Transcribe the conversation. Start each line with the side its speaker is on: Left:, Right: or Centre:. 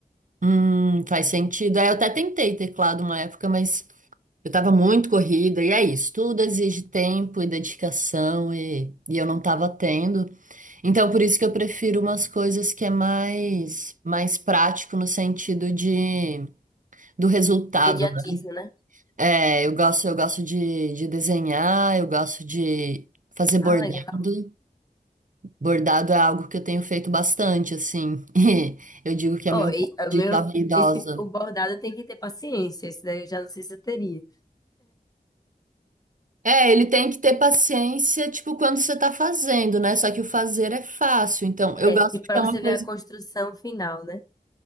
Right: Hum, faz sentido. Aí eu até tentei teclado uma época, mas eu tava muito corrida, e é isso, tudo exige tempo e dedicação, e, e eu não tava tendo. Então, por isso que eu prefiro umas coisas que é mais mais prático no sentido de do resultado,
Left: Imediatismo,
Right: né?
Left: né?
Right: É, eu gosto eu gosto de, de desenhar, eu gosto de fazer bordado.
Left: Ah, legal.
Right: Bordado é algo que eu tenho feito bastante, assim. <laughs> E eu digo que
Left: Ó,
Right: é meu
Left: e-
Right: hobby
Left: o
Right: de
Left: meu,
Right: jovem idosa.
Left: esse, o bordado tem que ter paciência, esse daí eu já não sei se eu teria.
Right: É, ele tem que ter paciência, tipo, quando você tá fazendo, né? Só que o fazer é fácil. Então, eu gosto
Left: É, tipo,
Right: porque
Left: pra
Right: é
Left: você
Right: uma coisa.
Left: ver a construção final, né?